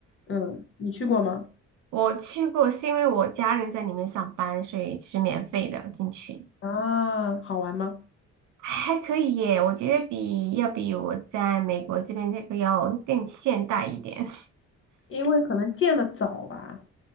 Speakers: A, on the left; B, on the right.
A: 嗯，你去过吗？
B: 我去过，是因为我家人在里面上班，所以就是免费的进去，
A: 啊，好玩吗？
B: 还可以耶。我觉得比要比我在美国这边这个要更现代一点
A: 因为可能建的早吧，